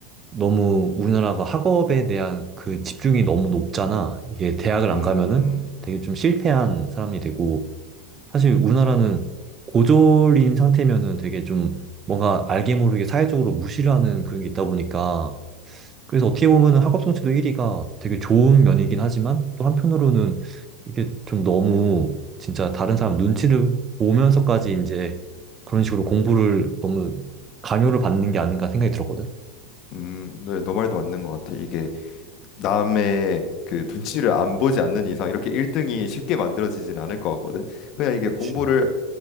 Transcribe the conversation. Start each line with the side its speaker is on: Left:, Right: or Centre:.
Right: 너무 우리나라가 학업에 대한 그 집중이 너무 높잖아. 이게 대학을
Left: 음,
Right: 안 가면은 되게 좀 실패한 사람이 되고, 사실 우리나라는 고졸인 상태면은 되게 좀 뭔가 알게 모르게 사회적으로 무시를 하는 그런 게 있다 보니까, 그래서 어떻게 보면은 학업 성취도 1위가 되게 좋은 면이긴 하지만, 또 한편으로는 이게 좀 너무 진짜 다른 사람 눈치를 보면서까지 이제 그런 식으로 공부를 너무 강요를 받는 게 아닌가 생각이 들었거든.
Left: 음, 네, 너 말도 맞는 것 같아. 이게 남의 그 눈치를 안 보지 않는 이상 이렇게 1등이 쉽게 만들어지진 않을 것 같거든. 그냥 이게
Right: 그치.
Left: 공부를